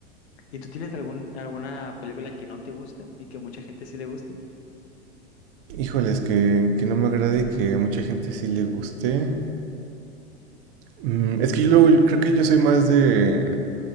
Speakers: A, on the left; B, on the right.
A: ¿Y tú tienes algún, alguna película que no te guste y que mucha gente sí le guste?
B: Híjoles, que, que no me agrade y que a mucha gente sí le guste. Mm, es que yo luego- creo que yo soy más de...